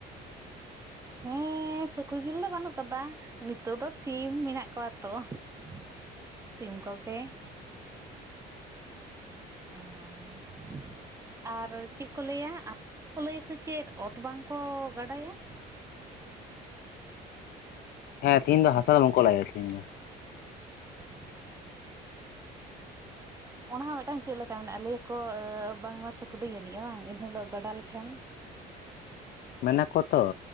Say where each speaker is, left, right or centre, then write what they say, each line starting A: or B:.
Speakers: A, on the right; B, on the left.
A: ᱦᱮᱸᱻ ᱥᱩᱠᱨᱤ ᱡᱤᱞ ᱫᱚ ᱵᱟᱹᱱᱩᱜ ᱟᱠᱟᱫᱟ ᱾ ᱱᱤᱛᱚ ᱫᱚ ᱥᱤᱢ ᱢᱮᱱᱟᱜ ᱠᱚᱣᱟ ᱛᱚ ᱾ ᱥᱤᱢ ᱠᱚᱜᱮ ᱾ ᱟᱨ <unintelligible> ᱟᱨ ᱪᱮᱫ ᱠᱚ ᱞᱟᱹᱭᱟ <unintelligible> ᱠᱚ ᱞᱟᱹᱭᱟ ᱥᱮ ᱪᱮᱫ ᱚᱛ ᱵᱟᱝᱠᱚ ᱜᱟᱰᱟᱭᱟ?
B: ᱦᱮᱸ ᱛᱮᱦᱤᱧ ᱫᱚ ᱦᱟᱥᱟ ᱫᱚ ᱵᱟᱠᱚ ᱞᱟᱭᱟ ᱛᱮᱦᱧ ᱫᱚ ᱾
A: <unintelligible> ᱚᱱᱟ ᱦᱚᱸ ᱢᱤᱫᱴᱟᱝ ᱪᱮᱫ ᱞᱮᱠᱟ ᱢᱮᱱᱟᱜᱼᱟ, ᱞᱟᱹᱭᱟᱠᱚ ᱵᱟᱝᱢᱟ ᱥᱩᱠᱨᱤ ᱟᱹᱱᱤᱡᱼᱟ? ᱵᱟᱝ ᱮᱱ ᱦᱤᱞᱚᱜ ᱜᱟᱰᱟ ᱞᱮᱠᱷᱟᱱ ᱾
B: ᱢᱮᱱᱟ ᱠᱚᱛᱚ ᱾